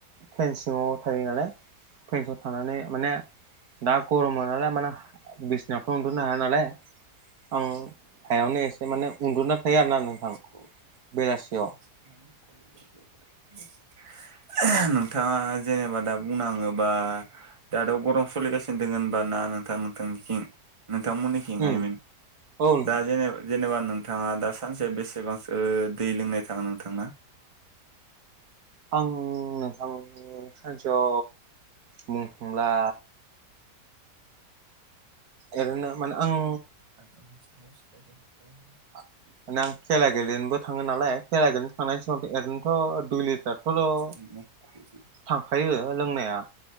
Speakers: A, on the right (about 65°); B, on the right (about 20°).
A: फेन सिङाव थायो नालाय फेन सिङाव थानानै माने दा गरम मोननालाय मोना बिसनायावथ' उन्दु'नो हाया नालाय आं हायावनो एसे उनदुना थायो आरोना नोंथां
B: औ
A: बेलासियाव
B: <inaudible> नोंथाङा जेनेबा दा बुंनाङोबा दा गरम सोलिगासिनो दङ होनबा ना नोंथांनि नोंथांमोननि थिंहाय
A: उम औ नोंथां
B: दा जेनेबा जेनेबा नोंथाङा दा सानसे बेसेबांसो दै लोंनाय थाङो नोंथांना
A: आं नोंथां सानसेयाव बुंनो थाङोब्ला ओरैनो माने आं
B: <unintelligible>
A: आ आं खेला गेलेनोबो थाङो नालाय खेला गेलेनो थांनायनि समगावथ' ओरैनोथ' दुइ लिटाराथ'
B: <unintelligible> <unintelligible>
A: थांखायो लोंनाया